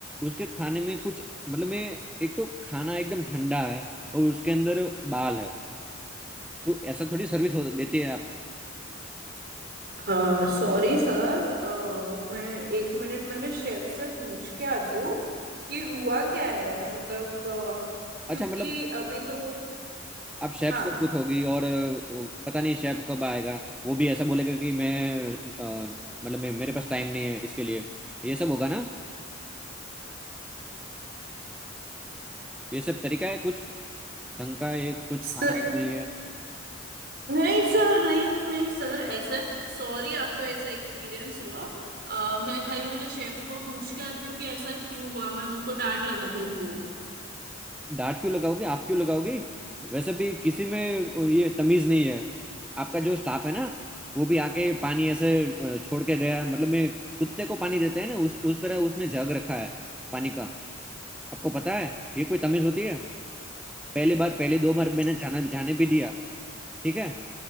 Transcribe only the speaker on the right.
अ, सॉरी सर अ, मैं एक मिनट मेरे शेफ से पूछ के आती हूँ कि हुआ क्या है मतलब अ,
क्योंकि
अभी तो
हाँ
सर,
नहीं सर नहीं नहीं सर ऐसा सॉरी आपको ऐसा एक्सपीरियंस हुआ अ, मैं खाली मेरे शेफ को पूछ के आती हूँ कि ऐसा क्यों हुआ मैं उनको डांट लगा देती हूँ